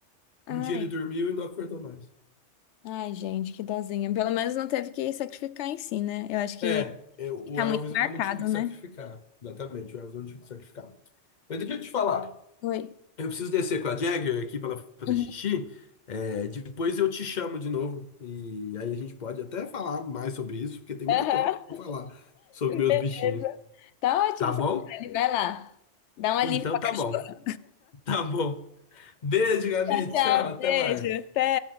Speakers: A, on the left (about 70°); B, on the left (about 40°).
A: Ai,
B: Um dia ele dormiu e não acordou mais.
A: ai, gente, que dozinha. Pelo menos não teve que sacrificar em si, né? Eu acho que
B: É, eu-
A: fica
B: o Elvis
A: muito marcado,
B: eu não tive que
A: né?
B: sacrificar. Exatamente, o Elvis eu não tive que sacrificar. Mas deixa eu te falar.
A: Oi.
B: Eu preciso descer com a Jagger aqui para ela fazer
A: Uhum.
B: xixi. É, depois eu te chamo de novo. E aí a gente pode até falar mais sobre isso, porque tem
A: Aham,
B: muita coisa para falar sobre meus
A: <laughs> beleza.
B: bichinhos.
A: Tá ótimo,
B: Tá bom?
A: Franciele. Vai lá. Dá um alívio
B: Então
A: pra
B: tá
A: cachorro.
B: bom. <laughs> Tá bom. Beijo, Gabi.
A: Tchau, tchau.
B: Tchau, até
A: Beijo.
B: mais.
A: Até.